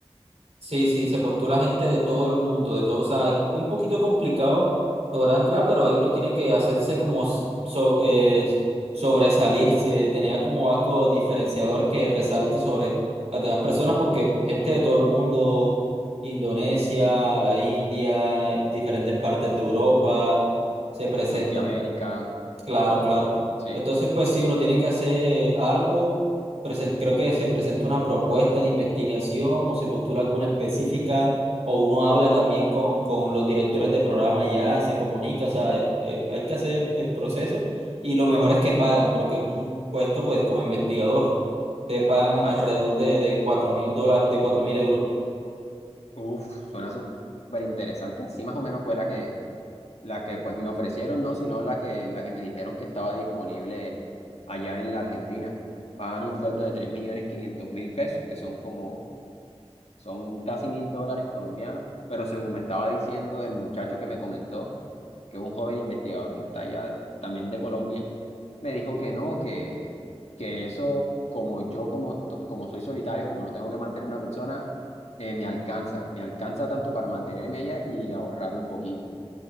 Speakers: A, on the right (about 75°); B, on the left (about 75°).
A: Sí, sí, se postula gente de todo el mundo, de todo. O sea, es un poquito complicado lograr entrar, pero ahí uno tiene que hacerse como s- so- eh, sobresalirse, tener como algo diferenciador que resalte sobre las demás personas, porque gente de todo el mundo, Indonesia, la India, eh, diferentes partes de Europa, se presentan.
B: Norteamérica,
A: Claro, claro.
B: sí.
A: Entonces, pues sí, uno tiene que hacer algo. presen- creo que se presenta una propuesta de investigación o se postula alguna específica o uno habla también con, con los directores de programa ya, se comunica, o sea, eh, eh, hay que hacer el proceso y lo mejor es que pagan porque es un puesto, pues como investigador, te pagan
B: As-
A: alrededor de, de cuatro mil dólares, de cuatro mil euros.
B: uf, suena súper interesante. Así más o menos fue la que, la que pues me ofrecieron, no, sino la que, la que me dijeron que estaba disponible allá en la Argentina. Pagan un sueldo de 3.500.000 pesos, que son como Son casi mil dólares colombianos, pero según me estaba diciendo el muchacho que me comentó, que es un joven investigador que está allá también de Colombia, me dijo que no, que, que eso, como yo, como, to- como soy solitario, como no tengo que mantener a una persona, eh, me alcanza, me alcanza tanto para mantenerme allá y ahorrar un poquito.